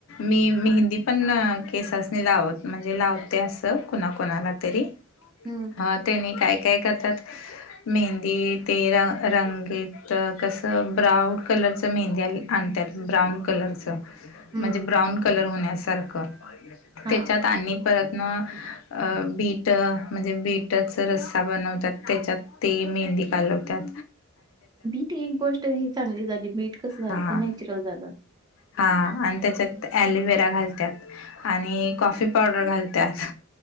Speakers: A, on the left (about 70°); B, on the right (about 20°).
A: मी मेहंदी पण केसास्नी लावत म्हणजे लावते असं कुणाकुणाला तरी
B: हम्म
A: अ तेनी काय काय करतात? मेहंदी ते र रंगीत कस ब्राउन कलरचं ते मेंद्या आणत्यात ब्राऊन कलरचं.
B: हम्म.
A: म्हणजे ब्राऊन कलर होण्यासारखं
B: हा
A: त्याच्यात आणि परतनं अ बीट म्हणजे बीटच रस्सा बनवत्यात त्याच्यात ते मेहंदी कालवत्यात.
B: बीट एक गोष्ट हे चांगली झाली बीट कसं झालं
A: हा
B: ते नॅचरल झालं.
A: हा आणि त्याच्यात ऍलोवेरा घालत्यात. आणि कॉफी पावडर घालत्यात